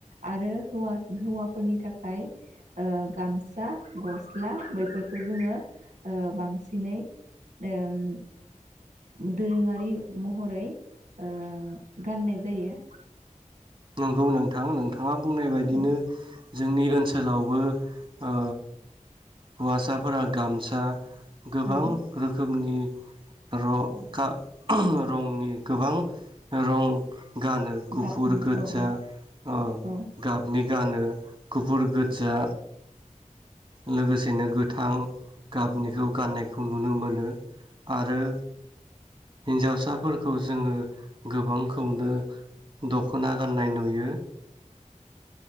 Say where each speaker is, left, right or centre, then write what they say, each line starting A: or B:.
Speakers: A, on the right; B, on the right.
A: आरो हौवा-हौवाफोरनि थाखाय ओ गामसा, गस्ला बैफोरखौ जोङो बांसिनै ओम दोरोङारि महरै ओ गान्नाय जायो।
B: नोंगौ नोंथां नों थाङा बुंनाय बायदिनो
A: औ
B: जोंनि ओन्सोलावबो ओ हौवासाफोरा गामसा गोबां
A: औ
B: रोखोम खोमनि रं खा रंनि गोबां रं गानो। गुफुर
A: गाबनि
B: गोजा
A: औ औ
B: ओ
A: औ
B: गाब नि गानो गुफुर, गोजा लोगोसेनो गोथां गाबनिखौ गान्नायखौ नुनो मोनो। आरो हिन्जावसाफोरखौ जोङो गोबांखौनो द ख'ना गान्नाय नुयो।